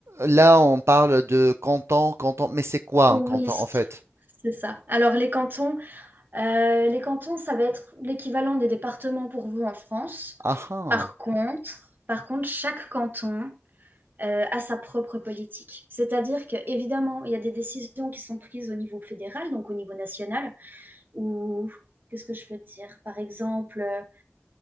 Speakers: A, on the right; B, on the right.
A: là, on parle de canton, canton. Mais c'est quoi
B: Oui,
A: un canton en fait?
B: c'est ça. Alors les cantons, euh, les cantons, ça va être l'équivalent des départements pour vous en France.
A: Ah, ah.
B: Par contre, par contre, chaque canton euh, a sa propre politique. C'est-à-dire que évidemment, il y a des décisions qui sont prises au niveau fédéral, donc au niveau national, ou qu'est-ce que je peux dire? Par exemple, euh,